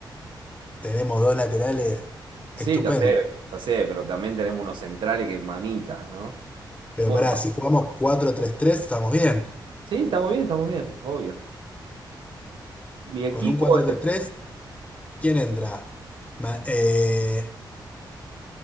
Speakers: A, on the left (about 15°); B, on the right (about 80°).
A: Tenemos dos laterales
B: Sí,
A: estupendo.
B: ya sé, ya sé, pero también tenemos unos centrales que mamitas, ¿no?
A: Pero
B: Bueno,
A: pará, si jugamos cuatro tres tres estamos bien.
B: sí, estamos bien, estamos bien, obvio. Mi equipo
A: Con un cuatro tres tres, quién entra? Ma- eh,